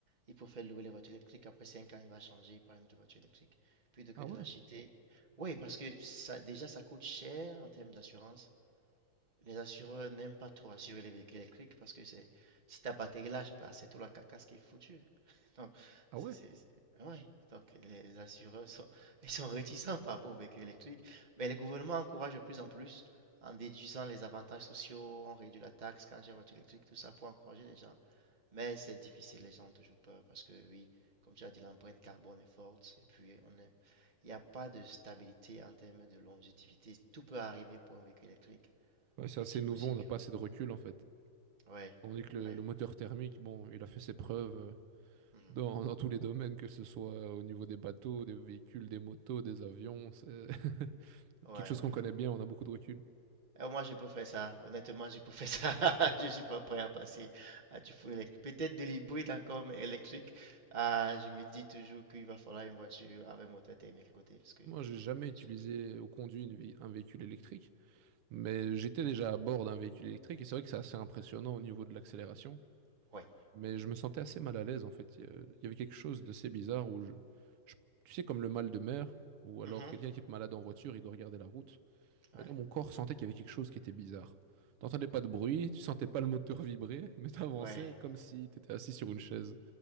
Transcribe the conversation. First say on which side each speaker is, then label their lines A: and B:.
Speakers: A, on the right; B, on the right.
A: Ils préfèrent louer les voitures électriques. Après 5 ans, il va changer par une autre voiture électrique plutôt que
B: Ah
A: de
B: ouais?
A: l'acheter. Oui, parce que ça, déjà, ça coûte cher en termes d'assurance. Les assureurs n'aiment pas trop assurer les véhicules électriques parce que c'est si ta batterie lâche, bah, c'est tout la carcasse qui est foutue. <laughs> Donc,
B: Ah
A: c'est,
B: ouais?
A: c'est, c'est- ah ouais. Donc, les, les assureurs sont, <laughs> ils sont réticents par rapport aux véhicules électriques. Mais le gouvernement encourage de plus en plus en déduisant les avantages sociaux, on réduit la taxe quand j'ai une voiture électrique, tout ça pour encourager les gens. Mais c'est difficile, les gens ont toujours peur parce que, oui, comme tu as dit, l'empreinte carbone est forte et puis on est, il n'y a pas de stabilité en termes de longévité. Tout peut arriver pour un véhicule électrique.
B: Ouais, c'est
A: Petit
B: assez
A: coup
B: nouveau,
A: si
B: on n'a pas assez de recul en fait.
A: Ouais,
B: On est que le,
A: ouais.
B: le moteur thermique, bon, il a fait ses preuves euh,
A: mhm.
B: dans, dans tous les domaines, que ce soit au niveau des bateaux, des véhicules, des motos, des avions. c'est- <laughs>
A: Ouais,
B: quelque chose
A: ouais.
B: qu'on connaît bien, on a beaucoup de recul.
A: Euh, moi, je peux faire ça. Honnêtement, je peux faire ça. <laughs> Je suis pas prêt à passer à du full électrique. Peut-être de l'hybride encore, mais électrique. Ah, je me dis toujours qu'il va falloir une voiture avec moteur thermique à côté. Parce que,
B: Moi, j'ai jamais utilisé
A: tu-
B: ou conduit une vé- un véhicule électrique, mais j'étais déjà à bord d'un véhicule électrique et c'est vrai que c'est assez impressionnant au niveau de l'accélération.
A: ouais.
B: Mais je me sentais assez mal à l'aise en fait. Il y a- il y avait quelque chose d'assez bizarre où je, je- tu sais, comme le mal de mer ou alors
A: Mhm.
B: quelqu'un qui est malade en voiture, il doit regarder la route.
A: Ouais,
B: Et là, mon corps sentait qu'il y avait quelque chose qui était bizarre. T'entendais pas de bruit, tu sentais pas le moteur vibrer, <laughs> mais t'avançais
A: ouais.
B: comme si t'étais assis sur une chaise.